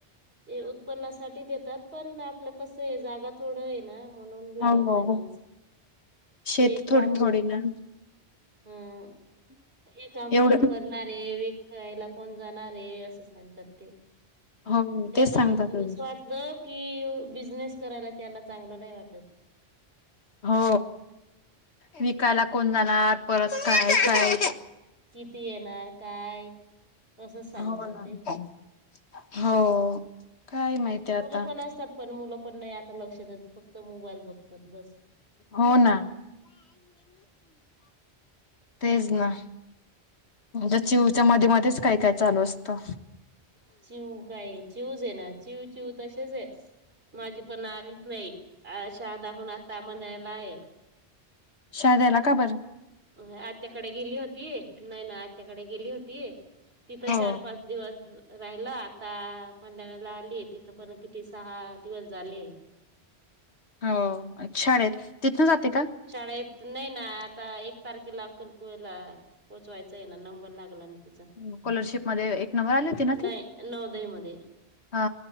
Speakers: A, on the right; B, on the left.
A: ते उत्पन्नासाठी देतात पण आपलं कसं ए जागा थोडं ए ना म्हणून लावत
B: हो
A: नाही माणसं.
B: हो शेती
A: हे
B: थोडी
A: काम
B: थोडी ना
A: हं हे काम
B: एवढं
A: कोण करणार ए करायला कोण जाणार ए असं सांगतात ते.
B: हो
A: त्यांना
B: तेच सांगतात
A: म्हणजे असं वाटत कि अ बिझनेस करायला त्यांना चांगलं नाही वाटत.
B: हो विकायला कोण जाणार परत काय काय
A: किती येणार काय? असं सांगतात
B: हो ना!
A: ते
B: हो! काय माहिती आता.
A: मुलं पण असतात पण मुलं पण नाही आता लक्ष देत फक्त मोबाईल बघतात बस
B: हो ना तेच ना. म्हणजे चिऊच्या मध्ये मध्येच काय काय चालू असतं.
A: चिव काय चिऊज ए ना चिव चिव तसेच ए. माझी पण आलीच नाही अ शाहादाहून आता म्हणायला आहे.
B: शा द्यायला का बर!
A: अ आत्याकडे गेली होती नाय ना आत्याकडे गेली होती. तिथं
B: हो
A: चार पाच दिवस राहिलं आता पंन्हाळयाला आलीए तिथं पण किती सहा दिवस झाले.
B: हो अ शाळेत तिथनं जाते का?
A: शाळेत न इ ना आता एक तारखेला अक्कलकुएला पोहचवायचं ए ना नंबर लागला नाही.
B: स्कॉलरशिप मध्ये एक नंबर आली होती ना
A: नाही
B: ती?
A: अ नवोदय मध्ये.
B: हा